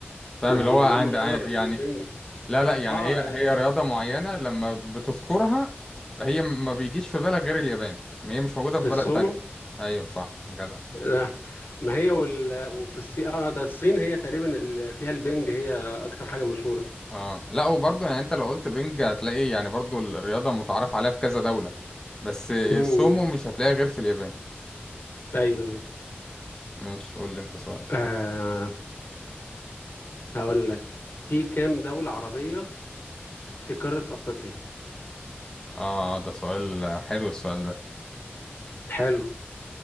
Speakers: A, on the left; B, on the left.
A: فاهم
B: ما
A: اللي
B: هي اليابان
A: هو عند
B: مشهورة بالبنج
A: يعني لا لا يعني
B: اه
A: هي
B: آه،
A: هي رياضة
B: آه،
A: معينة لما بتذكرها هي ما بيجيش في بالك غير اليابان هي مش موجودة في
B: السومو
A: بلد تانية أيوة صح جدع
B: لا، ما هي وال... وفي الصين اه ده الصين هي تقريبا اللي فيها البنج هي اكتر حاجه مشهوره
A: اه لا وبرضه يعني انت لو قلت بينج هتلاقي يعني برضه الرياضة متعارف عليها في كذا دولة بس السومو
B: امم
A: مش هتلاقيها غير في اليابان
B: ايوه ايوه
A: ماشي قول لي انت سؤال
B: آه هقول لك في كام دوله عربيه في قاره افريقيا
A: اه ده سؤال حلو السؤال ده
B: حلو